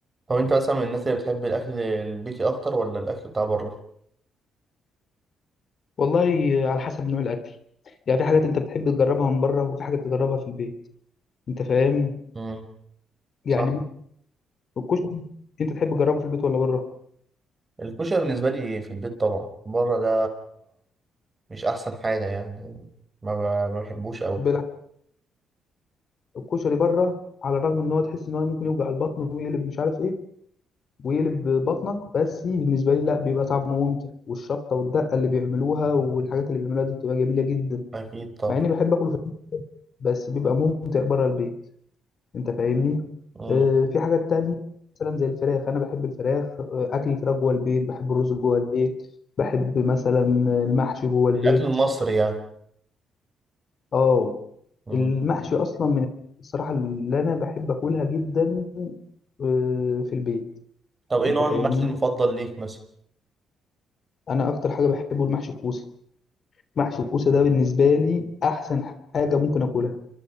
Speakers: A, on the right; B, on the left.
A: طب انت مثلا من الناس اللي بتحب الاكل البيتي اكتر ولا الاكل بتاع بره
B: والله على حسب نوع الاكل يعني في حاجات انت بتحب تجربها من بره وفي حاجات تجربها في البيت انت فاهم
A: امم
B: يعني
A: صح
B: الكشري انت تحب تجربه في البيت ولا بره
A: الكشري بالنسبه لي في البيت طبعا بره ده مش احسن حاجه يعني ما, ب... ما بحبوش قوي
B: بالعكس الكشري بره على الرغم ان هو تحس ان هو ممكن يوجع البطن ويقلب مش عارف ايه ويقلب بطنك بس بالنسبه لي لا بيبقى طعمه ممتع والشطه والدقه اللي بيعملوها والحاجات اللي بيعملوها دي بتبقى جميله جدا
A: اكيد طبعا
B: مع اني بحب اكله في البيت بس بيبقى ممتع بره البيت انت فاهمني
A: امم
B: آه، في حاجات تانية مثلا زي الفراخ انا بحب الفراخ آه، اكل الفراخ جوه البيت بحب الرز جوه البيت بحب مثلا المحشي جوه البيت
A: الاكل المصري يعني
B: اه
A: امم
B: المحشي اصلا من الصراحة اللي انا بحب اكلها جدا آه، في البيت
A: طب ايه
B: انت
A: نوع
B: فاهمني
A: المحشي المفضل ليك مثلا
B: انا اكتر حاجة بحبه المحشي الكوسة محشي الكوسة ده بالنسبة لي احسن حاجة ممكن اكلها